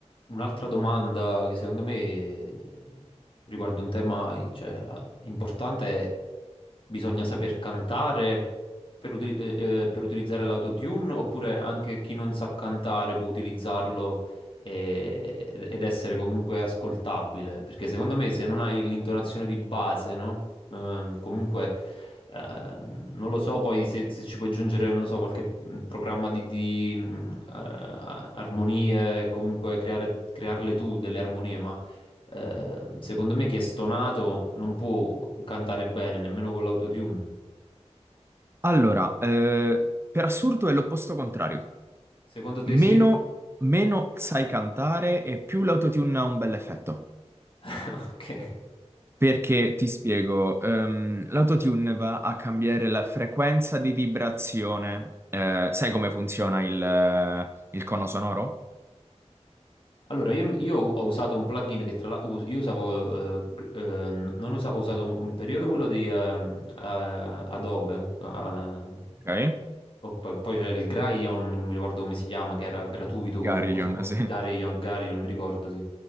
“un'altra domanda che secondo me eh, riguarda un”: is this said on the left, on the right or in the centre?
Left